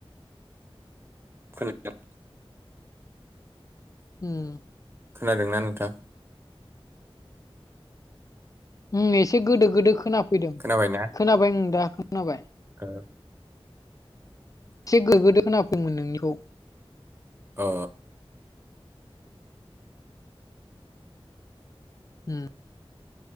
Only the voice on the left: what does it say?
उम
उम एसे गोदो गोदो खोना फैदों
खोनाबाय आं दा खोनाबाय
एसे गोगोदो खोना फैदोंमोन नोंनिखौ
उम